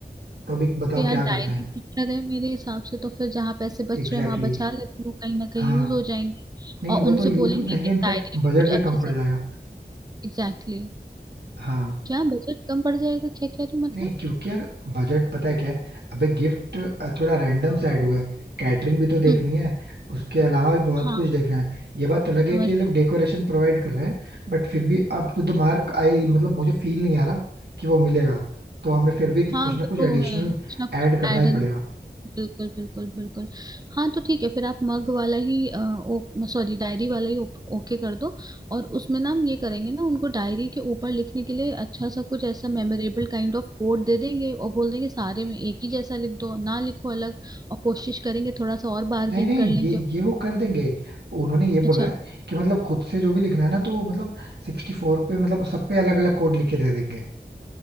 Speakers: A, on the right (about 75°); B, on the right (about 25°).
A: तो अभी बताओ
B: तो यार
A: क्या करना
B: डायरी
A: है
B: अच्छा है मेरे हिसाब से तो फिर जहाँ पैसे बच
A: Exactly
B: रहे हैं वहां बचा
A: exactly.
B: लेते हैं, वो कहीं ना कहीं
A: हाँ
B: यूज हो जाएंगे
A: नहीं
B: और
A: वो
B: उनसे
A: तो यूज
B: बोलेंगे
A: हो जाएंगे
B: कि
A: इनफैक्ट
B: डायरी में
A: बजट
B: कुछ
A: भी
B: अच्छा
A: कम पड़
B: सा
A: जाएगा
B: Exactly exactly.
A: हाँ
B: क्या बजट कम पड़ जाएगा क्या कह रही हो मतलब
A: नहीं क्योंकि यार बजट पता है क्या है अबे गिफ्ट थोड़ा रैंडम सा ऐड हुआ है कैटरिंग भी तो देखनी
B: हम्म
A: है उसके अलावा भी बहुत
B: हाँ
A: कुछ देखना है ये बात अलग है
B: समझ
A: कि ये लोग डेकोरेशन प्रोवाइड कर रहे हैं बट फिर भी अप टू द मार्क आई मतलब मुझे फील नहीं आ रहा कि वो मिलेगा तो हमें फिर भी कुछ
B: हाँ वो
A: ना कुछ
B: तो
A: एडिशनल
B: है कुछ ना
A: ऐड
B: कुछ
A: करना
B: एडन
A: ही पड़ेगा
B: बिल्कुल बिल्कुल बिल्कुल हाँ तो ठीक है फिर आप मग वाला ही अ, ओ सॉरी डायरी वाला ही ओप- ओके कर दो और उसमें ना हम ये करेंगे ना उनको डायरी के ऊपर लिखने के लिए अच्छा सा कुछ ऐसा मेमोरेबल काइंड ऑफ कोड दे देंगे और बोल देंगे सारे में एक ही जैसा लिख दो ना लिखो अलग और कोशिश करेंगे थोड़ा सा और बार्गेन
A: नहीं नहीं
B: कर लें
A: ये
B: क्यों
A: ये वो कर देंगे उन्होंने ये
B: अच्छा
A: बोला है कि मतलब खुद से जो भी लिखना है ना तो मतलब सिक्सटी फोर पे मतलब सब पे अलग अलग कोड लिख के दे देंगे